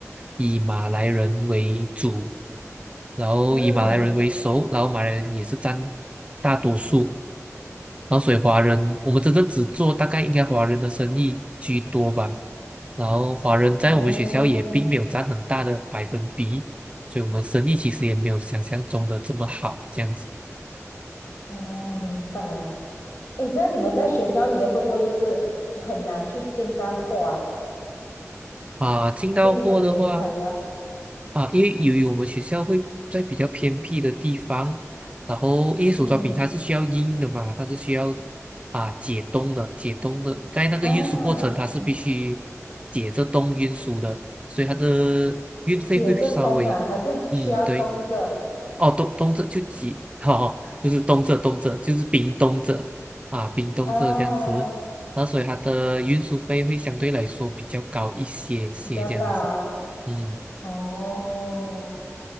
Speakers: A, on the right; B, on the left.
A: 以马来人为主，然后以马来人为首，
B: 嗯，
A: 然后马来人也是占大多数。然后所以华人，我们真正只做大概应该华人的生意居多吧。然后华人在我们学校也并没有占很大的百分比，
B: 哦
A: 所以我们生意其实也没有想象中的这么好这样子
B: 哦，明白。诶，这样你们在学校里面会不会就是很难去进到货啊？
A: 啊。进到货的话。
B: 进你们的原材料？
A: 啊，因为由于我们学校会在比较偏僻的地方，然后因为手抓饼它是需要硬的嘛，
B: 嗯
A: 它是需要啊解冻的，解冻的，在那个运输过程它是必须
B: 啊，
A: 解着冻运输的，所以它的运费会稍微，
B: 解着冻啊，还是需要冻着
A: 嗯，对，哦，冻冻着就解，<laughs> 哦，就是冻着冻着就是冰冻着啊，冰冻着这样子，
B: 啊，
A: 那所以它的运输费会相对来说比较高一些些这样子，
B: 比较高
A: 嗯。
B: 哦。